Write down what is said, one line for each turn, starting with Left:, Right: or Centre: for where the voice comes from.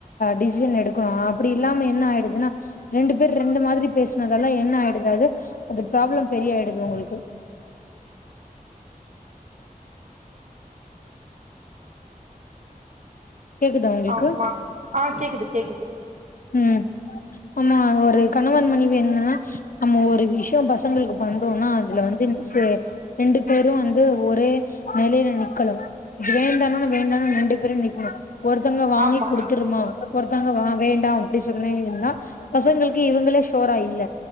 Left: டிஷ்ஷன் எடுக்கணு அப்டி இல்லாம என்ன ஆயிடுதுனா ரெண்டு பேர் ரெண்டு மாதிரி பேசுனதெல்லா என்ன ஆயிடுது அது அது ப்ராப்ளம் பெரிய ஆயிடுது உங்களுக்கு கேக்குதா உங்களுக்கு
Right: ஆமா ஆ கேக்குது கேக்குது
Left: ம்ம் ஆமா ஒரு கணவன் மனைவி என்னன்னா நம்ம ஒரு விஷியோ பசங்களுக்கு பண்றோனா அதுல வந்து செரி ரெண்டு பேரு வந்து ஒரே நெலையில நிக்கல வேண்டாணானு வேண்டாணானு ரெண்டு பேரு நிக்கணு ஒருத்தங்க வாங்கி
Right: ஆமா
Left: குடுத்துருமா ஒருத்தங்க வா வேண்டாம் அப்படி சொன்னியிருந்தா பசங்களுக்கு இவங்களே ஷோரா இல்ல